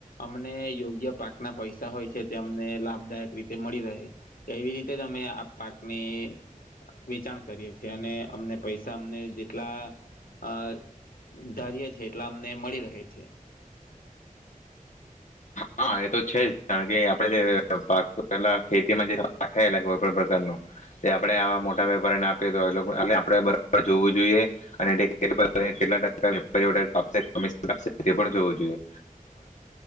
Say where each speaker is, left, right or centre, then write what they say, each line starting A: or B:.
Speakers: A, on the left; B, on the left.
A: અમને યોગ્ય પાકના પૈસા હોય છે તે અમને લાભદાયક રીતે મળી રહે એવી રીતે જ અમે આ પાકની વેચાણ કરીએ છીએ અને અમને પૈસા અમને જેટલા અ ધારીએે છ છેએ એટલા અમને મળી રહે છે.
B: હા એ તો છે જ કારણ કે આપે જે પાક પલા ખેતીમાં જે થ કોઈ પણ પ્રકાર ન એ આપડે આવા મોટા વેપારને આપએ તો આપે બબર જોવું જોઈએ અનેલા જોઈએ.